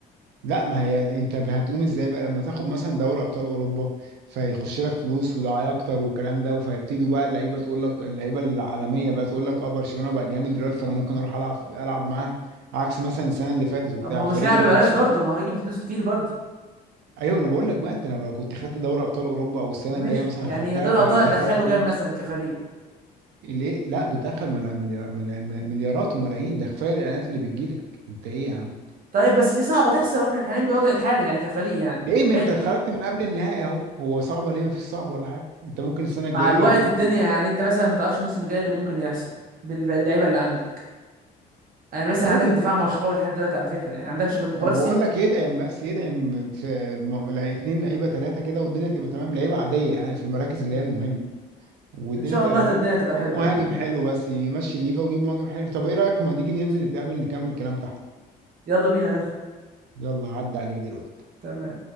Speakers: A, on the right; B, on the right.
A: لا ما هي ال- انت هتقوم ازاي بقى لما تاخد مثلا دوري ابطال اوروبا فيخش لك فلوس ودعايه اكتر والكلام ده وفيبتدوا بقى اللعيبه تقول لك اللعيبه العالميه بقى تقول لك اه برشلونه بقى جامد دلوقتي فانا ممكن اروح العب العب معاهم عكس مثلا السنه اللي فاتت وبتاع
B: طب ما هو
A: فريق
B: مش هيلعب
A: ما
B: ببلاش
A: كانش
B: برضه ما هو هيجي بفلوس كتير برضه
A: ايوه انا بقول لك بقى انت لما كنت خدت دوري ابطال اوروبا او السنه
B: مش
A: الجايه مثلا
B: يعني
A: خدتها
B: دور
A: فهيدخلك
B: الابطال هتدخله
A: فلوس
B: كام مثلا كفريق
A: ليه لا بتدخل ملا- مليار- ملا- مليارات وملايين ده كفايه الاعلانات اللي بتجيلك انت ايه يا عم
B: طيب بس دي صعبه تحصل واحنا حاليا بالوضع الحالي يعني كفريق يعني
A: ليه ما
B: فهي
A: انت
B: دي
A: خرجت
B: المشكله
A: من قبل النهائي اهو هو صعبه ليه ما فيش صعب ولا حاجه انت ممكن السنه الجايه
B: مع الوقت
A: لو جبت
B: الدنيا
A: ايه
B: يعني انت مثلا ما تعرفش الموسم الجاي اللي ممكن يحصل باللعيبه اللي عندك يعني مثلا
A: هو
B: عندك
A: وجهه
B: الدفاع
A: نظر
B: ما هوش قوي لحد دلوقتي على فكره يعني عندكش غير
A: ما
B: كوبارسي
A: انا بقول لك يدعم بس يدعم في م- لا- اتنين لعيبه ثلاثه كده والدنيا تبقى تمام لعيبه عاديه يعني في المراكز
B: مم.
A: اللي هي المهمه والدنيا
B: ان شاء
A: تبقى
B: الله الدنيا تبقى
A: يجيب
B: حلوه
A: مهاجم
B: يعني عموما
A: حلو بس يمشي ليفا ويجيب مهاجم حلو طب ايه رايك ما تيجي ننزل نتقابل نكمل كلام تحت
B: يلا بينا يلا
A: يلا عدى عليك دلوقتي
B: تمام